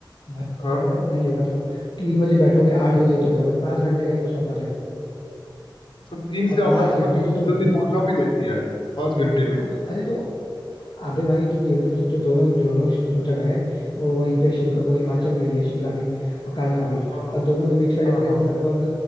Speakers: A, on the left; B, on the left.
A: भाई तो
B: हाँ
A: कह रहा हूँ नहीं होगा तो तीन बजे बैठोगे आठ बजे उतर जाओगे पांच घंटे का ही तो सफर है
B: अच्छा तीन से
A: और
B: आठ
A: पांच
B: अच्छा
A: घंटे
B: इतनी
A: जो तुम
B: जल्दी
A: व्यू
B: पहुंचा
A: देखो
B: भी देती है पाँच घंटे में
A: हाँ तो अरे तो अबे भाई तुम ये भी तो सोचो दोनों दोनों जो जगह है वो वहीं पे शिमला वो हिमाचल में ही है शिमला भी और कालका
B: हाँ
A: भी
B: हाँ
A: और दोनों के बीच का डिफरेंस
B: हाँ
A: लगभग